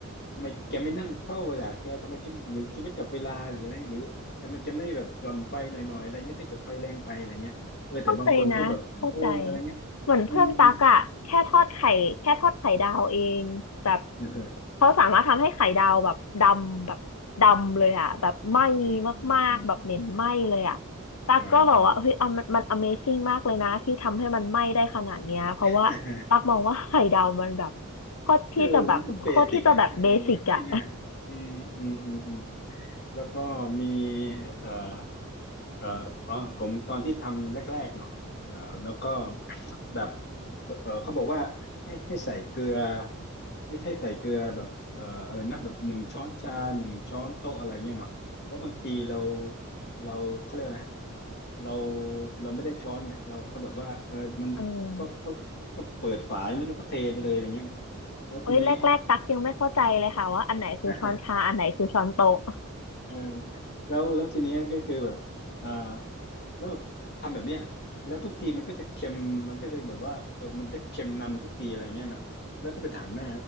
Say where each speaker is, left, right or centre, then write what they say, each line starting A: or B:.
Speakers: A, on the left; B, on the left.
A: ทำไมแกไม่นั่งเฝ้าเวลาแกทำไมแกหรือแกไม่จับเวลาหรืออะไรหรือทำไมแกไม่แบบหย่อนไฟหน่อยๆอะไรไม่ไดถ้าเดไฟแรงไปอะไรเงี้ยเออแต่บางคนเขาแบบ
B: เข้าใจนะเข้าใจ
A: เอออะไรเงี้ยอืมอืม
B: เหมือนเพื่อนตักอะแค่ทอดไข่แค่ทอดไข่ดาวเองแบบ
A: เออ
B: เขาสามารถทำให้ไข่ดาวแบบดำแบบดำเลยอะแบบไหม้
A: เอออืมอืมอืมอืม
B: มากๆแบบเหม็นไหม้เลยอะตักก็บอกว่าเฮ้ยเอามันมัน
A: อ่าอ่า
B: Amazing มากเลยนะที่ทำให้มันไหม้ได้ขนาดเนี้ยเพราะว่าตักมองว่าไข่ดาวมันแบบโคตรที่จะแบบโคตรที่จะแบบเบสิกอะ
A: <laughs> เออมันก็เบสิกนะเออง่ายๆอืมอืมอืมอืมแล้วก็มีเอ่อเอ่ออ๋อผมตอนที่ทำแรกๆเนาะเอ่อแล้วก็ แบบเออเขาบอกว่าให้ให้ใส่เกลือให้ให้ใส่เกลือแบบเอออะไรนะแบบหนึ่งช้อนชาหนึ่งช้อนโต๊ะอะไรเงี้ยเนาะแล้วบางทีเราเราเขาเรียกอะไรเราเราไม่ได้ช้อนไงเราก็แบบว่าเออมันก็ก็ก็เปิดฝาไม่แล้วก็เทไปเลยอะไรเงี้ย
B: อืม
A: แล้วทีนี้
B: โอ้ยแรกๆตักยังไม่เข้าใจเลยค่ะว่าอันไหนคือช้อนชาอันไหนคือช้อนโต๊ะ
A: <laughs> เออแล้วแล้วทีนี้ก็คือแบบอ่า แล้วแบบทำแบบเนี้ยแล้วทุกทีมันก็จะเค็มมันก็จะแบบว่าเออมันจะเค็มนำทุกทีอะไรเงี้ยนะแล้วก็ไปถามแม่